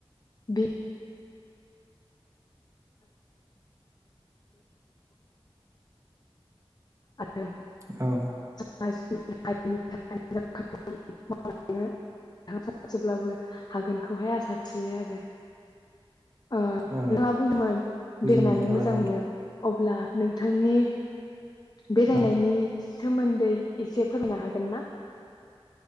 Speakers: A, on the left; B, on the right.
A: बे आरो
B: औ।
A: <unintelligible> हारिनि थाखाय मोजां खामानि मावांनो सानसेब्लाबो हागोनखौहाय आसा थियो आरो। ओ नोंथाङा
B: औ
A: बुंदोंमोन
B: गोजोननाय
A: बेरायनानै
B: थाबाय
A: मोजां मोनो। अब्ला नोंथांनि बेरायनायनि
B: औ
A: सोमोन्दै एसे फोरनो हागोन ना?